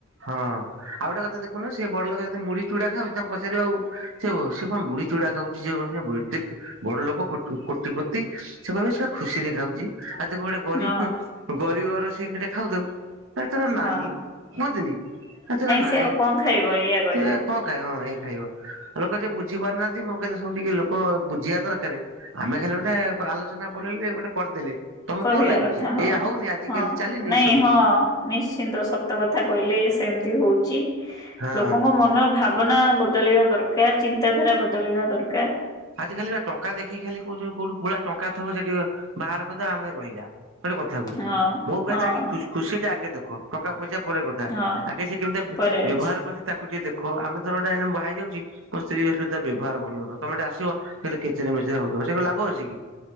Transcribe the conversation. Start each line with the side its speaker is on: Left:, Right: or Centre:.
Right: ହଁ ଆଉ ଗୋଟେ କଥା ଦେଖୁନ ସେ ବଡଲୋକ ଯଦି ମୁଢି ଚୁଡା ଖାଉଛି ତାଙ୍କୁ ପଚାରିବ ଆଉ ସେ ହ ସେ କଣ ମୁ ମୁଢ଼ି ଚୁଡା ଖାଉଛି ସେ ଏତେ ବଡ ଲୋକ କୋଟିପତି ସେ କହିବେ ସେ ବା ଖୁସିରେ ଖାଉଛି। ଆଉ ତାକୁ ଗୋଟେ ଗରିବ
Left: ହଁ
Right: ଗରିବର ସେ କିଟେ ଖାଉଥାଉ ହେ ତାର ନାହିଁ।
Left: ହଁ
Right: କୁହନ୍ତିନି ହେ ତାର ନାଇଁ
Left: ସେ ଆଉ କଣ ଖାଇବ ଏଇଆ କହିବେ।
Right: ସେ କଣ ଖାଇବ ହଁ ଏ ଖାଇବ ଲୋକ ଯିଏ ବୁଝି ବୁଝିପାରୁନାହାନ୍ତି ମୋକହିବାକଥା ସବୁ ଟିକେ ଲୋକ ବୁଝିବା ଦରକାର ଆମେ ଖାଲି ଗୋଟେ ଆଲୋଚନା ପଡିଲେ ବୋଲି ଗୋଟେ କରିଦେଲେ। ତମକୁ
Left: କହିବା
Right: କଣ ଲାଗୁଛି
Left: କଥା ହଁ
Right: ଏଇଆ ହଉନି ଆଜିକାଲି
Left: ହଁ
Right: ଚାଲିନି
Left: ନାଇଁ
Right: ଏ ସବୁ
Left: ହଁ ନିଶ୍ଚିନ୍ତ ସତ କଥା। କଥା କହିଲେ ସେମିତି ହଉଛି
Right: ହଁ।
Left: ଲୋକଙ୍କ ମନର ଭାବନା। ବଦଳିବା ଦରକାର ଚିନ୍ତାଧାରା ବଦଳିବା ଦରକାର।
Right: ଆଜି ଖାଲି ଟଙ୍କା ଦେଖିକି ଖାଲି କୋଉ କୋଉଠି ପୁରା ଟଙ୍କା ଥିବ ସେଠି ବାହାର କଥା ଆମେ ରହିବା। ଗୋଟେ କଥା କୁ
Left: ହଁ
Right: ମୋହିବା
Left: ହଁ
Right: କଥା ଖୁସି ଟା ଆଗେ ଦେଖ ଟଙ୍କା ପଇସା। ପରେ କଥା
Left: ହଁ
Right: ଆଗ ସେ କେମିତି
Left: ପରେ ଅଛି
Right: ବ୍ୟବହାର କରିଛି ତାକୁ। ଟ ଦେଖ ଆମେ ତଥ ବାହାଇ ଯାଉଛ ମୋ ସ୍ତ୍ରୀ ହେୁ ବ୍ୟବହାର ଭଲ ନଥ ତମେ ଟା କେଚେରେ ମେଚେ ହଉଥିବ ସେ ଲାଭ ଅଛି କି।